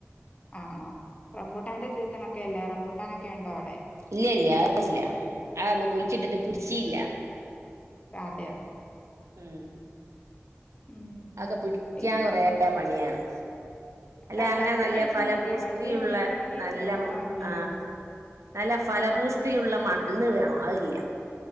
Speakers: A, on the left; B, on the right.
A: ആണോ? റംബൂട്ടാന്റെ സീസണൊക്കെ അല്ലേ റംബൂട്ടാനൊക്കെ ഉണ്ടോ അവടെ?
B: ഇല്ലല്ല്യ. അത് ഇല്ല. അതൊന്നും കുയിച്ചിട്ട്ട്ട് പിടിച്ചീല്ല
A: അതേയാ
B: ഉം
A: ഉം
B: അതൊക്കെ പിടിക്കാൻ
A: പിന്നെ
B: കൊറേ പണിയാണ് അല്ല
A: ആ
B: അങ്ങന
A: ബഡ്
B: നല്ല
A: മേടിച്ചാ
B: ഫലപുഷ്ടിയുള്ള
A: മതി ബഡ് മേടിക്കുവാണെങ്കിൽ
B: ന്നല്ല
A: പെട്ടെന്നാകുമല്ലോ
B: മ് ആഹ് നല്ല ഫലപൂഷ്ടിയുള്ള
A: ഉം.
B: മണ്ണ്. വേണം അതില്ല.